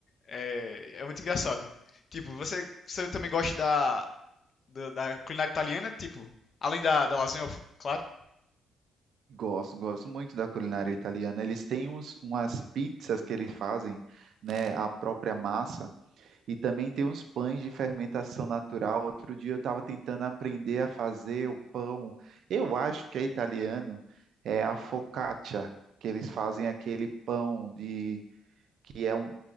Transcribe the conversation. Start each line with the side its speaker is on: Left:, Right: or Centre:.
Left: é, é muito engraçado. Tipo, você, você também gosta da, da, da culinária italiana? Tipo, além da, da lasanha, claro.
Right: Gosto, gosto muito da culinária italiana. Eles têm uns, umas pizzas que eles fazem, né, a própria massa E também tem uns pães de fermentação natural. Outro dia eu estava tentando aprender a fazer o pão. Eu acho que é italiano, é a focaccia, que eles fazem aquele pão de que é um